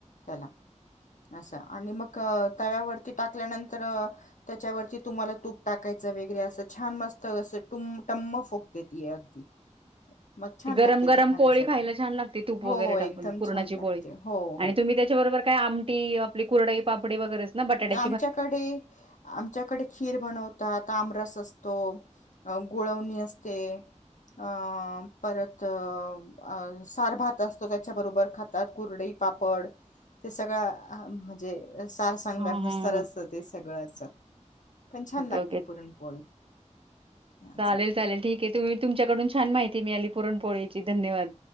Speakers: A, on the left (about 80°); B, on the right (about 45°).
A: त्याला असं, आणि मग तव्यावरती टाकल्यानंतर, त्याच्यावर तुम्हाला तूप टाकायच वेगरे अस छान मस्त असं टम्म फुगते ती अगदी
B: <inaudible>
A: मग छान
B: ती गरम
A: लागते
B: गरम
A: खाण्यासाठी
B: पोळी खायला छान लागते तूप वगैरे
A: हो
B: टाकून
A: एकदम
B: पुरणाची
A: छान लागते
B: पोळी,
A: हो हो
B: आणि तुम्ही त्याच्यावर बरोबर काय आमटी आपली कुरडई पापडी वगैरेच ना? बटाट्या
A: आमच्याकडे आमच्याकडे खीर बनवतात आमर रस असतो अ गुळवणी असते अं परत अं आ सार भात असतो त्याच्याबरोबर खातात कुरडई पापड ते सगळं आं म्हजे सार <unintelligible>
B: हा हा
A: असतं ते सगळंच. पण छान
B: ओके
A: लागते
B: ओके
A: पुरणपोळी. असं.
B: चालेल चालेल ठीक आहे तुमी तुमच्याकडून छान माहिती मिळाली पुरण पोळीची धन्यवाद.